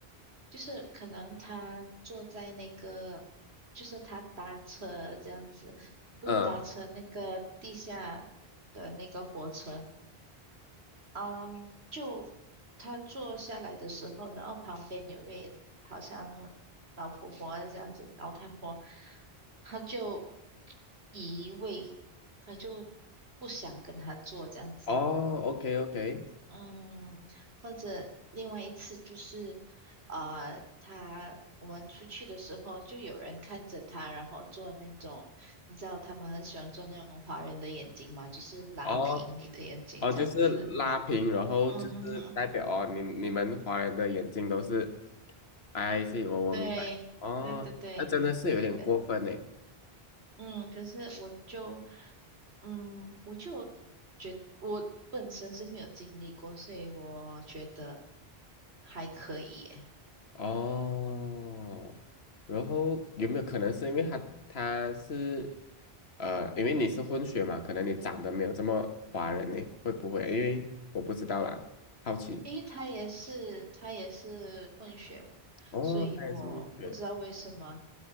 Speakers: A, on the right; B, on the left.
A: 就是可能他坐在那个，就是他搭车这样子，不是搭车那个地下
B: 嗯。
A: 的那个火车，嗯，就他坐下来的时候，然后旁边有位好像老婆婆这样子，老太婆，她就移位，她就不想跟他坐这样子。
B: 哦，OK OK，
A: 嗯，或者另外一次就是，呃，他我们出去的时候，就有人看着他，然后做那种，你知道他们很喜欢做那种华人的眼睛嘛，就是拉平你的眼睛这样子。
B: 哦哦，就是拉平，然后就是代表哦，
A: 嗯
B: 你你们华人的眼睛都是，I see，我我明白。
A: 对，
B: 哦，
A: 对对对，
B: 那真的是有点过分呢。
A: 呃嗯，可是我就，嗯，我就觉我本身是没有经历过，所以我觉得还可以耶，
B: 哦，然后有没有可能是因为他他是呃，因为你是混血嘛，可能你长得没有这么华人呢？会不会？因为我不知道啦，好奇。
A: 因为他也是他也是混血，
B: 哦，
A: 所以我不知道为什么，
B: 他也是混血。